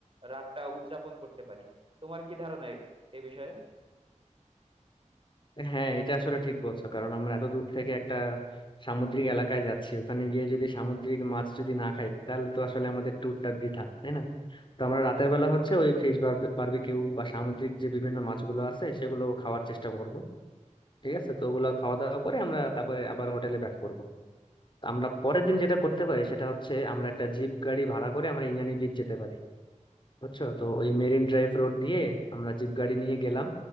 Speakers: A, on the right; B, on the left.
A: রাতটা উদযাপন করতে পারি তোমার কি ধারণা এ এ বিষয়ে
B: হ্যাঁ এটা আসলে ঠিক বলছো কারণ আমরা এত দূর থেকে একটা সামুদ্রিক এলাকায় যাচ্ছি ওখানে গিয়ে যদি সামুদ্রিক মাছ যদি না খাই তাহলে তো আসলে আমাদের ট্যুরটা বৃথা তাই না তো আমরা রাতের বেলা হচ্ছে ওই ফিশ বারবিকিউ বা সামুদ্রিক যে বিভিন্ন মাছগুলো আছে সেগুলো খাওয়ার চেষ্টা করব ঠিক আছে তো ওগুলা খাওয়া দাওয়া করে আমরা তারপরে আবার হোটেলে ব্যাক করবো তো আমরা পরের দিন যেটা করতে পারি সেটা হচ্ছে আমরা একটা জিপ গাড়ি ভাড়া করে আমরা ইনানি বিচ যেতে পারি বুঝছো তো ওই মেরিন ড্রাইভ রোড দিয়ে আমরা জিপ গাড়ি নিয়ে গেলাম